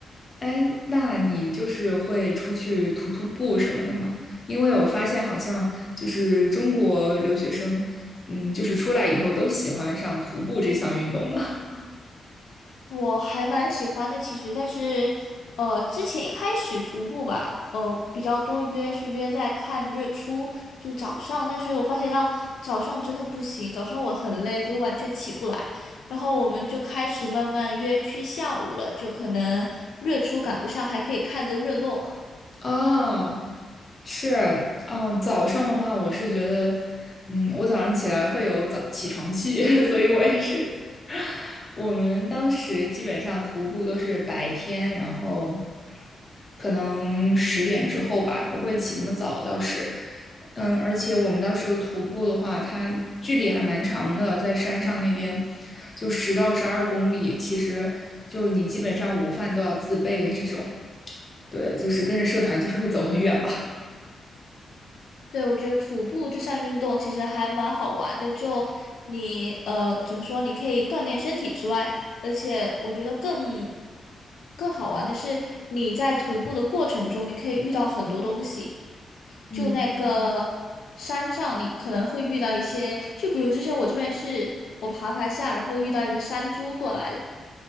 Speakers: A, on the left (about 30°); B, on the left (about 75°).
A: 哎，那你就是会出去徒徒步什么的吗？因为我发现好像就是中国留学生，嗯，就是出来以后都喜欢上徒步这项运动了。
B: 我还蛮喜欢的，其实，但是，呃，之前一开始徒步吧，呃，比较多约是约在看日出，就早上。但是我发觉到早上真的不行，早上我很累，就完全起不来。然后我们就开始慢慢约去下午了，就可能日出赶不上，还可以看个日落。
A: 哦，是，嗯，早上的话，我是觉得，嗯，我早上起来会有早起床气，<laughs> 所以我也是。<laughs> 我们当时基本上徒步都是白天，然后可能十点之后吧，不会起那么早，倒是，嗯，而且我们到时候徒步的话，它距离还蛮长的，在山上那边就十到十二公里，其实就你基本上午饭都要自备的这种。对，就是跟着社团就是会走很远吧。
B: 对，我觉得徒步这项运动其实还蛮好玩的，就你呃怎么说，你可以锻炼身体之外，而且我觉得更更好玩的是你在徒步的过程中，你可以遇到很多东西。
A: 嗯，
B: 就那个山上，你可能会遇到一些，就比如之前我这边是我爬爬下，然后遇到一个山猪过来了。